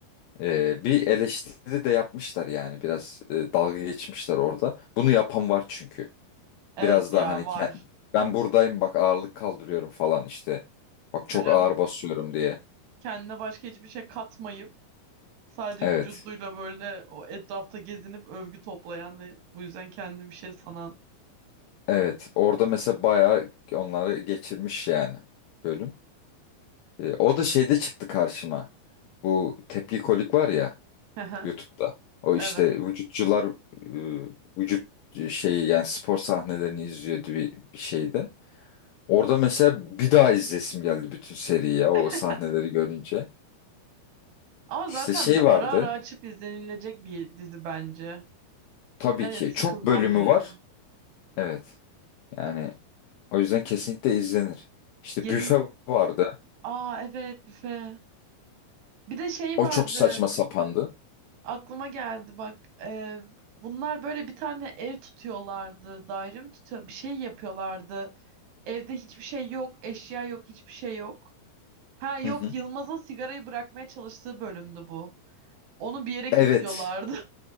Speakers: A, on the left (about 80°); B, on the right (about 90°).
A: Ee, bir eleştiri de yapmışlar yani biraz e, dalga geçmişler orada. Bunu yapan var çünkü.
B: Evet
A: Biraz daha
B: ya
A: hani ke-
B: var.
A: ben buradayım bak ağırlık kaldırıyorum falan işte. Bak
B: Tabii
A: çok
B: canım
A: ağır basıyorum diye.
B: kendine başka hiçbir şey katmayıp sadece
A: Evet.
B: vücuduyla böyle o etrafta gezinip övgü toplayan ve bu yüzden kendini bir şey sanan.
A: Evet. Orada mesela bayağı onları geçirmiş yani bölüm. Ee, o da şeyde çıktı karşıma. Bu tepki kolik var ya
B: <laughs> Hı hı,
A: YouTube'da. O işte
B: Evet.
A: vücutçular e, vücut şeyi yani spor sahnelerini izliyordu bir, bir şeyde. Orada mesela bir daha izlesim geldi bütün seriyi ya o
B: <laughs>
A: sahneleri görünce.
B: Ama
A: İşte
B: zaten
A: şey vardı.
B: ara ara açıp izlenilecek bir dizi bence.
A: Tabii
B: Hani
A: ki
B: sıkılmam
A: çok bölümü
B: yani.
A: var. Evet. Yani o yüzden kesinlikle izlenir. İşte
B: Yeni...
A: büfe vardı.
B: Aa evet büfe. Bir de şey
A: O
B: vardı.
A: çok saçma sapandı.
B: Aklıma geldi bak. Ee, bunlar böyle bir tane ev tutuyorlardı. Daire mi tutuyor? Bir şey yapıyorlardı. Evde hiçbir şey yok. Eşya yok. Hiçbir şey yok. Ha yok
A: Hı hı.
B: Yılmaz'ın sigarayı bırakmaya çalıştığı bölümdü bu. Onu bir yere
A: Evet.
B: kilitliyorlardı.